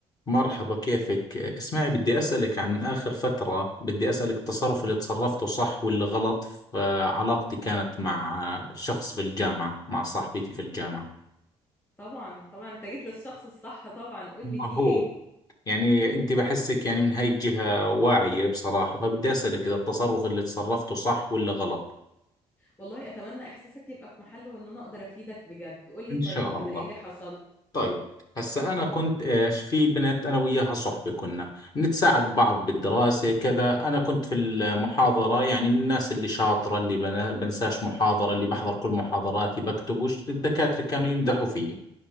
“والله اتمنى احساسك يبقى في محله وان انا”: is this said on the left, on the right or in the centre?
Left